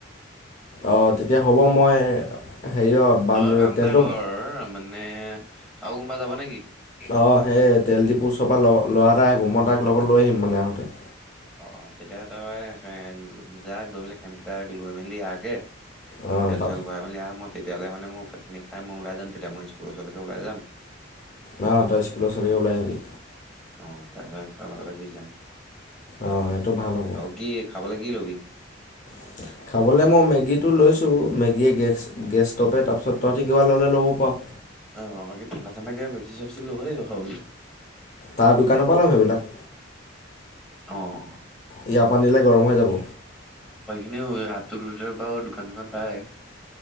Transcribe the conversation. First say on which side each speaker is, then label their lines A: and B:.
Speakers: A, on the left; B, in the centre.
A: অ, তেতিয়া হ'ব মই হেৰি অঁ বান
B: তই কাম
A: তেলটো
B: এতা কৰ, মানে আৰু কোনোবা যাব নেকি?
A: অ, সেই তেলডিপুৰ উচৰ পৰা ল লৰা এটা আহিব মই তাক লগত লৈ আহিম মানে আহোঁতে।
B: অ্ তেতিয়া তই সেন য, যা গৈ পেলাই সেনকিইটাক লৈ মেলি আহগে।
A: অঁ
B: তেল্
A: তাৰ
B: চেল্ ভৰাই মেলি আহ ম তেতিয়াহলে মানে মই ভাতপাণী খাই মই ওলাই যাম। তেতিয়া মই স্কুল ওচৰলৈকে ওলাই যাম।
A: ন্ তই স্কুলৰ ওচলৈকে ওলাই আহিবি।
B: অ্ তাই <unintelligible> গুচি যাম।
A: অ', হেটো ভাল হ'ব।
B: আৰু কি খাবলৈ কি লবি?
A: <inaudible> খাবলৈ মই মেগীটো লৈছোঁ মেগীয়ে গেছ গেছ ষ্ট'ভে। তাৰপিছত তহঁতি কিবা ল'লে ল'ব পাৰ।
B: অ', বাকী ঠাণ্ডা চাণ্ডা কিবা পেপচি চেপচি ল'ব লাগিব খাবলৈ।
A: তাৰ দোকানৰ পৰা ল'ম সেইবিলাক।
B: অহ।
A: ইয়াৰ পা নিলে গৰম হৈ যাব।
B: এনেও আপটোত উঠিলে বাৰু দোকান চোকান পায়।